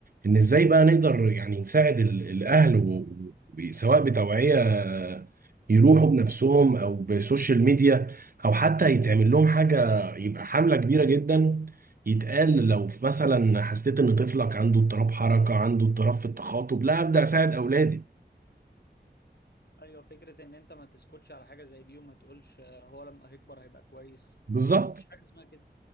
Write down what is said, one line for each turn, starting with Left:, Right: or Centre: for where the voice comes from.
Right: ان ازاي بقى نقدر يعني نساعد ال- الاهل و- و- سواء بتوعيه يروحوا بنفسهم او بسوشيال ميديا او حتى يتعمل لهم حاجه يبقى حمله كبيره جدا يتقال لو في مثلا حسيت ان طفلك عنده اضطراب حركه عنده اضطراب في التخاطب لا ابدا اساعد اولادي
Left: ايوه فكره ان انت ما تسكتش على حاجه زي دي وما تقولش آه، هو لما هيكبر هيبقى كويس
Right: بالظبط
Left: مفيش حاجه اسمها كده